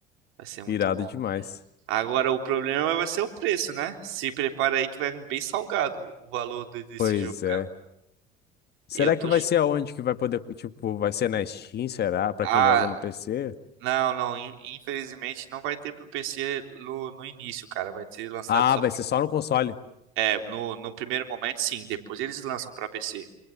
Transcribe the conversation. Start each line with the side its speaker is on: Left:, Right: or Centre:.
Right: vai ser muito
Left: Irado
Right: bom.
Left: demais.
Right: Agora, o problema vai ser o preço, né? Se prepara aí que vai vir bem salgado o valor de- desse
Left: Pois
Right: jogo, cara.
Left: é. Será
Right: Eu tô.
Left: que vai
Right: ch-
Left: ser aonde que vai poder, tipo, vai ser na Steam, será? Pra
Right: Ah,
Left: quem joga no PC?
Right: não, não. in- Infelizmente não vai ter pro PC no, no início, cara. Vai ser lançado
Left: Ah,
Right: só.
Left: vai ser só no console.
Right: É, no, no primeiro momento, sim. Depois eles lançam pra PC.